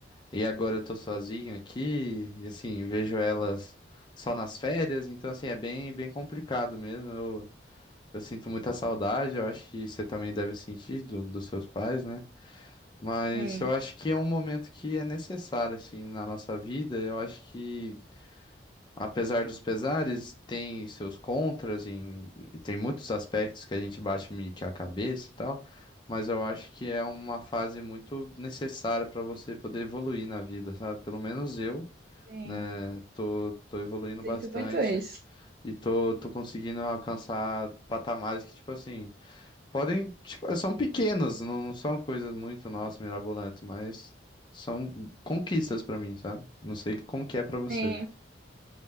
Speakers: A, on the left; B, on the right.
A: e agora eu tô sozinho aqui, e assim, vejo elas só nas férias, então assim, é bem, bem complicado mesmo. Eu, eu sinto muita saudade, eu acho que você também deve sentir do, dos seus pais, né? Mas
B: Sim,
A: eu acho que é um momento que é necessário, assim, na nossa vida. Eu acho que apesar dos pesares, tem seus contras em, tem muitos aspectos que a gente bate meio que a cabeça e tal, mas eu acho que é uma fase muito necessária para você poder evoluir na vida, sabe? Pelo menos eu,
B: sim.
A: né, tô, tô evoluindo
B: Sinto
A: bastante
B: muito isso.
A: e tô, tô conseguindo alcançar patamares que, tipo assim, podem, tipo, são pequenos, não, não são coisas muito, nossa, mirabolantes, mas são conquistas para mim, sabe? Não sei como que é para você.
B: Sim.